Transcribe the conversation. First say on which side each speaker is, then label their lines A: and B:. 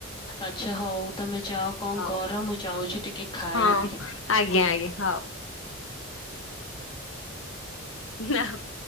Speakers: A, on the left (about 20°); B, on the left (about 70°).
A: ଆଛା ହୋଉ ତମେ ଯାଅ କଣ
B: ହଉ
A: କର। ମୁଁ ଯାଉଛି ଟିକେ ଖାଇବି।
B: ହଁ ଆଜ୍ଞା ଆଜ୍ଞା, ହୋଉ। <unintelligible>